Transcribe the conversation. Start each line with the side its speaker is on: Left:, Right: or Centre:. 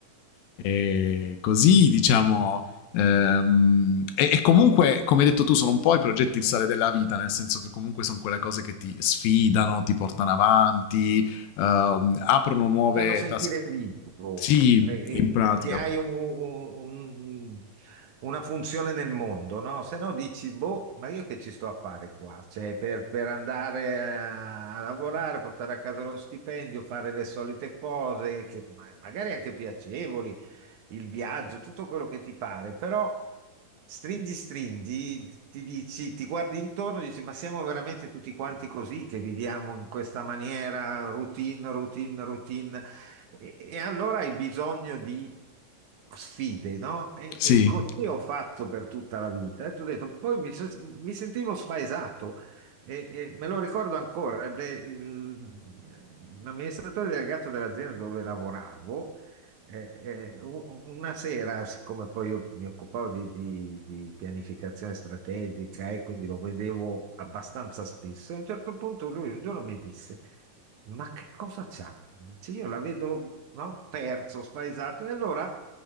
Left: E così, diciamo, Ehm, e, e comunque, come hai detto tu, sono un po' i progetti il sale della vita, nel senso che comunque sono quelle cose che ti sfidano, ti portano avanti, ehm, aprono nuove
Right: mi fanno sentire
Left: task.
Right: vivo,
Left: Sì,
Right: eh,
Left: in
Right: e
Left: pratica.
Right: che hai un- un- una funzione nel mondo, no? Se no dici, boh, ma io che ci sto a fare qua? Cioè, per, per andare a, a lavorare, portare a casa lo stipendio, fare le solite cose, che ma- magari anche piacevoli, il viaggio, tutto quello che ti pare, però stringi, stringi, ti dici, ti guardi intorno e dici, ma siamo veramente tutti quanti così che viviamo in questa maniera, routine, routine, routine. E, e allora hai bisogno di sfide, no? E,
Left: Sì,
Right: e così ho fatto per tutta la vita. E tu hai detto, poi mi, so- mi sentivo spaesato. E, e me lo ricordo ancora, ed è il- l'amministratore delegato dell'azienda dove lavoravo eh, eh, u- una sera, siccome poi io mi occupavo di, di- di pianificazione strategica e quindi lo vedevo abbastanza spesso, a un certo punto lui un giorno mi disse: Ma che cosa c'ha? Dice, io la vedo no? perso, spaesato. E allora